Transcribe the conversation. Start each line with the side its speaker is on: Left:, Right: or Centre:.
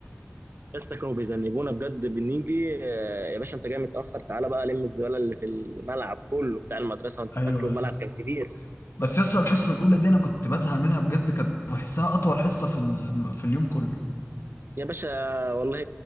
Right: لسه كانوا بيذنبونا بجد بنيجي آه، يا باشا انت جاي متاخر تعالى بقى لم الزباله اللي في الملعب كله بتاع المدرسه وانت
Left: <laughs> ايوه
Right: فاكره الملعب
Left: بس
Right: كان كبير
Left: بس يس الحصه الاولى دي انا كنت بزهق منها بجد كانت بحسها اطول حصه في الم... في اليوم كله
Right: يا باشا والله